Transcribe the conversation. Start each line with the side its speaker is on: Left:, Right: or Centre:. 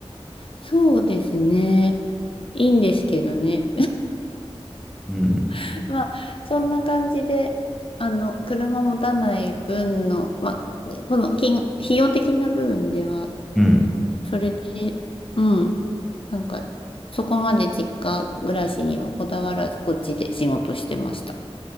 Left: そうですね。いいんですけどね。
Centre: うん
Left: <laughs> まあ、そんな感じで、あの、車持たない分の、まあ、この金、費用的な部分では、
Centre: うん
Left: それで、うん、なんか、そこまで実家暮らしにはこだわらず、こっちで仕事してました。